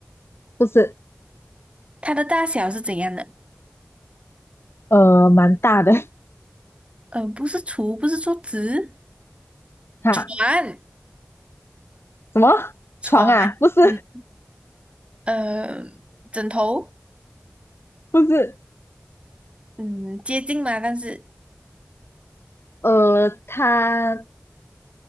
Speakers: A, on the left (about 80°); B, on the right (about 30°).
A: 不是，
B: 它的大小是怎样的？
A: 呃，蛮大的
B: 呃，不是橱，不是桌子，
A: <laughs> 哈，
B: 床，
A: 什么
B: 床，
A: 床啊？不是
B: 嗯，呃，枕头，
A: 不是，
B: 嗯，接近嘛，但是，
A: 呃，它